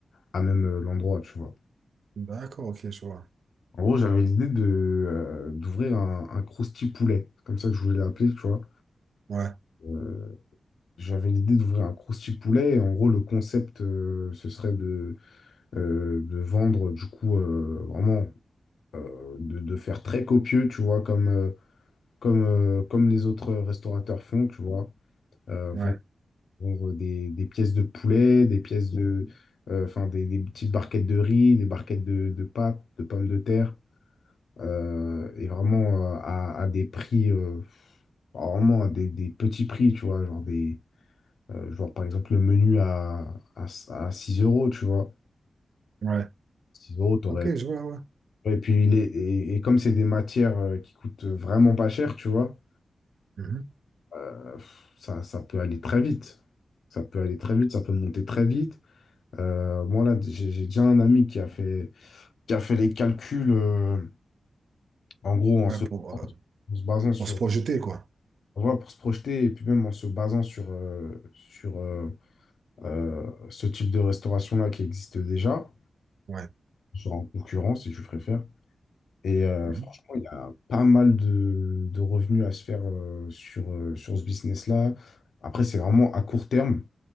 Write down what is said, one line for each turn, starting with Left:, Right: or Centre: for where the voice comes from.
Left: à même euh, l'endroit, tu vois.
Right: D'accord, ok, je vois.
Left: En gros, j'avais l'idée de, euh, d'ouvrir un, un Krusty poulet. C'est comme ça que je voulais l'appeler, tu vois.
Right: Ouais,
Left: Euh, J'avais l'idée d'ouvrir un crousty poulet. Et en gros, le concept, euh, ce serait de, euh, de vendre, du coup, euh, vraiment, euh, de, de faire très copieux, tu vois, comme, euh, comme, euh, comme les autres restaurateurs font, tu vois. Euh,
Right: ouais,
Left: vendre vendre des, des pièces de poulet, des pièces de. euh, Enfin, des, des petites barquettes de riz, des barquettes de, de pâtes, de pommes de terre, euh, et vraiment euh, à, à des prix, euh, vraiment à des, des petits prix, tu vois, genre des. Euh, genre, par exemple, le menu à, à, à 6 euros, tu vois.
Right: ouais.
Left: 6 euros, t'aurais...
Right: Ok, je vois, ouais.
Left: Et puis, les, et, et comme c'est des matières euh, qui coûtent vraiment pas cher, tu vois,
Right: Mhm.
Left: euh, pff, ça, ça peut aller très vite. Ça peut aller très vite, ça peut monter très vite. Euh, moi, là, j'ai j'ai déjà un ami qui a fait, qui a fait les calculs, euh, en gros, en
Right: Ouais,
Left: se,
Right: pour, euh,
Left: en se basant sur...
Right: pour se projeter, quoi.
Left: Voilà, pour se projeter, et puis même en se basant sur, euh, sur euh, euh, ce type de restauration-là qui existe déjà,
Right: Ouais.
Left: genre en concurrence, si tu préfères. Et euh,
Right: Mhm.
Left: franchement, il y a pas mal de, de revenus à se faire euh, sur, euh, sur ce business-là. Après, c'est vraiment à court terme